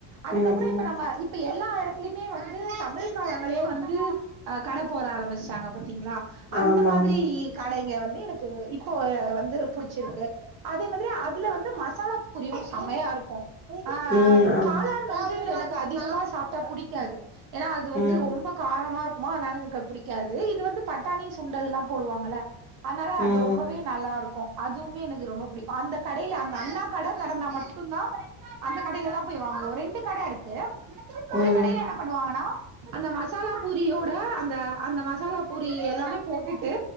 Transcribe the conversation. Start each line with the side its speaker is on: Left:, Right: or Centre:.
Right: அதுக்கப்புற
Left: ம் ம்
Right: இப்ப நம்ம இப் இப்ப எல்லா எடத்துலயுமே வந்து தமிழ் காலங்களே வந்து அஹ் கட போர ஆரம்பிச்சாங்க த்திங்களா அந்த
Left: ஆமா
Right: மாதிரி
Left: ஆமா
Right: கடைங்க வந்து எனக் து இப்போ வந்து புடிச்சிருக்கு அதே மாதிரி அப் அதுல வந்து மசாலா பூரியு செம்மையா இருக்கு அஹ் ஆஹ்
Left: ம் ஆமா
Right: காலான் வந்து எனக் க்கு அதிகமா சாப்ட்டா புடிக்காது ஏன்னா அது வந்து
Left: ம்
Right: ரொம்ப காரமா இருக் க்குமா அதனால எனக்கு புடிக்காது இது வந்து பட்டாணி சுண்டல்லா போடுவாங்கள அதனால
Left: ம்
Right: அது ரொம்பவே நல்லாருக்கு அதுவுமே எனக்கு ரொம்ப புடிக்கு அந்தக் கடையில அந்த அண்ணா கடை திறந்தா மட்டுந்தா அந்த கடயில தா போய் வாங்குவோ ரெண்டு கடை இருக்கு ஒரு
Left: ம்
Right: கடையில என்ன பண்ணுவாங்கன்னா அந்த மசாலா பூரியோ த அந்த அந்த மசாலா பூரி எல்லாமே போட்டுட்டு